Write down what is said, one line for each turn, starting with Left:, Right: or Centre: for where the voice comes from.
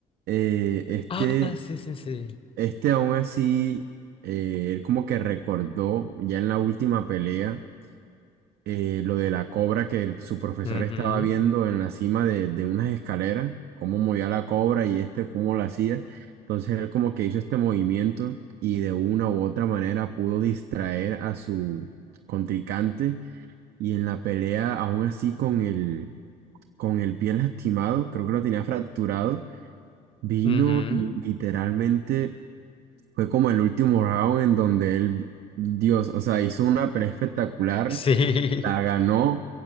Right: eh, este
Left: Ah, sí, sí, sí.
Right: este aún así, eh, él como que recordó ya en la última pelea eh, lo de la cobra que el- su profesor
Left: Ujú,
Right: estaba viendo en la cima de, de unas escaleras, cómo movía la cobra y este cómo la hacía. Entonces él como que hizo este movimiento y de una u otra manera pudo distraer a su contrincante y en la pelea aún así con el, con el pie lastimado, creo que lo tenía fracturado, vino
Left: ujú,
Right: y literalmente fue como el último round en donde él, Dios, o sea, hizo una pelea espectacular,
Left: Sí.
Right: la ganó